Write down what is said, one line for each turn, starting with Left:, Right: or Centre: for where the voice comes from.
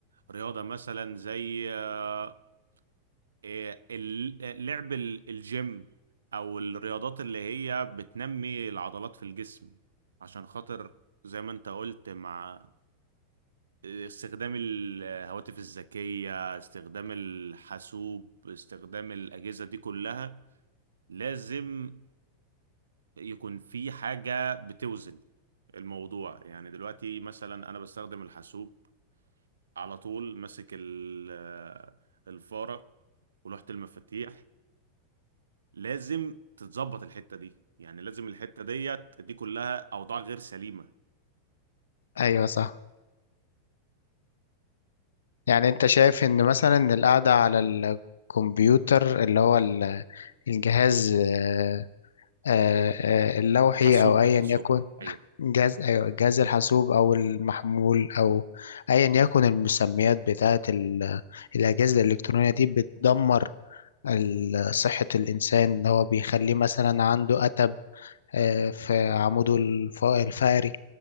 Right: رياضة مثلا زي آه، آه، ال- آه، لعب ال- الجيم او الرياضات اللي هي بتنمي العضلات في الجسم عشان خاطر زي ما انت قلت مع آه، استخدام الهواتف الذكية استخدام الحاسوب استخدام الأجهزة دي كلها لازم يكون في حاجة بتوزن الموضوع يعني دلوقتي مثلا أنا بستخدم الحاسوب على طول ماسك ال- آه، الفارة ولوحة المفاتيح لازم تتظبط الحتة دي يعني لازم الحتة ديت دي كلها أوضاع غير سليمة
Left: ايوه صح يعني انت شايف ان مثلا القعدة على الكمبيوتر اللي هو ال- الجهاز آه، آه، آه، اللوحي
Right: الحاسوب
Left: او ايا
Right: الحاسوب
Left: يكن
Right: أيوه
Left: جهاز أيوة جهاز الحاسوب أو المحمول أو أيا يكن المسميات بتاعة ال- الأجهزة الإلكترونية دي بتدمر ال- صحة الإنسان إن هو بيخليه مثلا عنده أتب آه، في عموده الف- الفقري